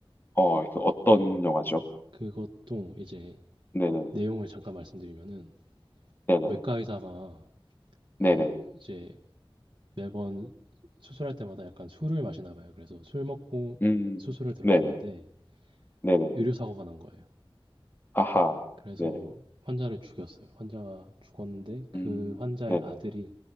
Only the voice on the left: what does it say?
어, 그 어떤 영화죠?
네네,
네네,
네네,
음,
네네, 네네,
아하,
네네,
음,
네네,